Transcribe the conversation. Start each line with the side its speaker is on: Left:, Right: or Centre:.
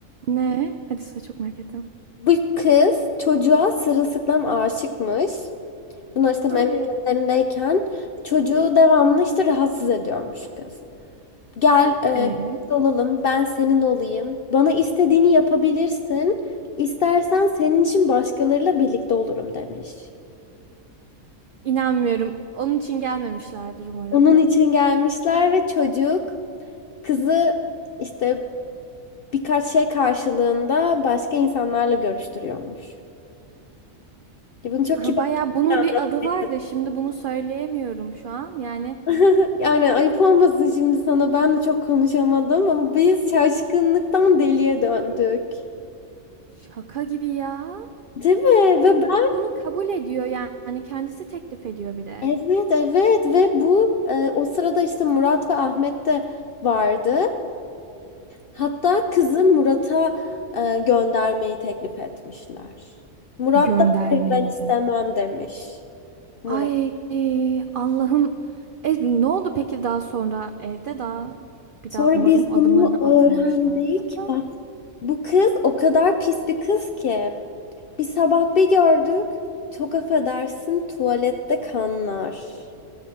Right: Ne? Hadi size çok merak ettim.
Left: Bu kız çocuğa sırılsıklam aşıkmış. Bunlar işte
Right: Hayır.
Left: memleketlerindeyken çocuğu devamlı işte rahatsız ediyormuş kız. Gel e,
Right: E,
Left: birlikte olalım ben senin olayım. Bana istediğini yapabilirsin. İstersen senin için başkalarıyla birlikte olurum demiş.
Right: inanmıyorum. Onun için gelmemişlerdir umarım.
Left: Onun için gelmişler ve çocuk kızı işte birkaç şey karşılığında başka insanlarla görüştürüyormuş. Ya bunu çok
Right: Ha,
Left: kibarca
Right: baya bunun
Left: anlatmaya
Right: bir adı var
Left: çalıştı.
Right: da şimdi bunu söyleyemiyorum şu an. Yani
Left: <laughs> Yani ayıp olmasın şimdi sana ben de çok konuşamadım ama biz şaşkınlıktan deliye döndük.
Right: şaka gibi ya.
Left: Değil mi? Ve
Right: Ve
Left: ben
Right: kız bunu kabul ediyor yani kendisi teklif ediyor bir de.
Left: evet evet ve bu e, o sırada işte Murat ve Ahmet de vardı. Hatta kızı Murat'a e, göndermeyi teklif etmişler. Murat
Right: Göndermeyi.
Left: da hayır ben istemem demiş. Murat.
Right: Ay Allah'ım. E, ne oldu peki daha sonra evde daha bir
Left: Sonra
Right: daha umarım
Left: biz
Right: adımlarını
Left: bunu
Right: atmamışlardır
Left: öğrendik.
Right: da.
Left: Bak bu kız o kadar pis bir kız ki. Bir sabah bir gördük. Çok affedersin tuvalette kanlar. <gasps>